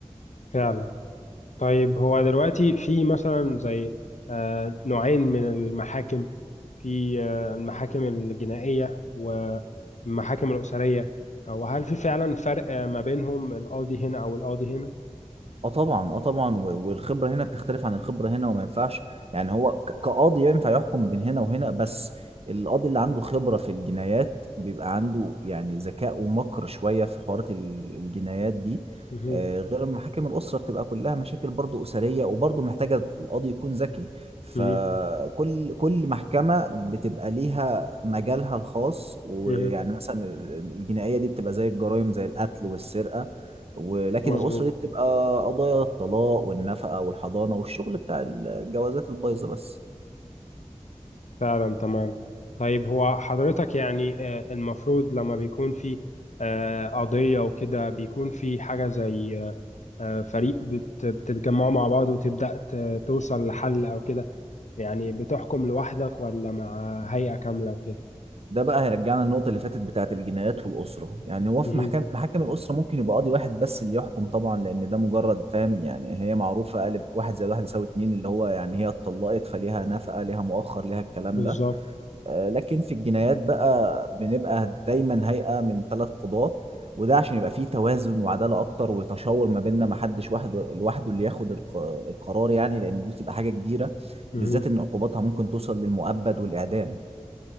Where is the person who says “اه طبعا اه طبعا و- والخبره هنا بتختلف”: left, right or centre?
Right